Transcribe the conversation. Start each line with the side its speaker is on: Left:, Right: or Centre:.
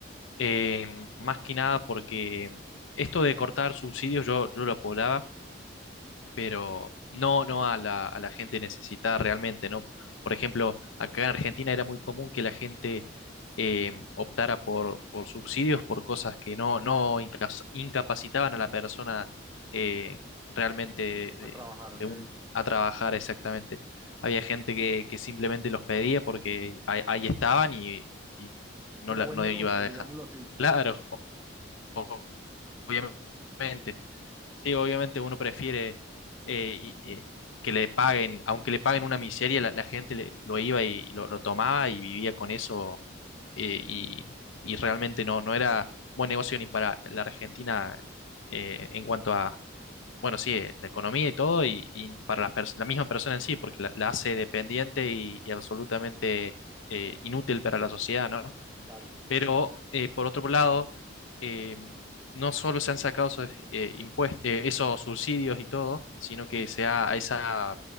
Left: Eh, más que nada porque esto de cortar subsidios yo, yo lo apoyaba, pero no, no a la, a la gente necesitada realmente, ¿no? Por ejemplo, acá en Argentina era muy común que la gente eh, optara por, por subsidios por cosas que no, no incas- incapacitaban a la persona eh, realmente de,
Right: a trabajar,
Left: de
Right: ok.
Left: un- a trabajar exactamente. Había gente que, que simplemente los pedía porque ahí, ahí estaban y, y no,
Right: Era
Left: la-
Right: buen
Left: no
Right: negocio,
Left: iba a dejar.
Right: digámoslo así.
Left: Claro, o- obviamente. Sí, obviamente uno prefiere eh, y- eh, que le paguen, aunque le paguen una miseria, la, la gente le- lo iba y lo, lo tomaba y vivía con eso eh, y, y realmente no, no era buen negocio ni para la Argentina eh, en cuanto a, bueno, sí, eh, la economía y todo y, y para las pers- la misma persona en sí, porque la, la hace dependiente y, y absolutamente eh, inútil para la sociedad, ¿no?
Right: Claro,
Left: Pero eh, por otro lado, eh, no solo se han sacado esos, eh, impues- eh, esos subsidios y todo, sino que se ha, esa,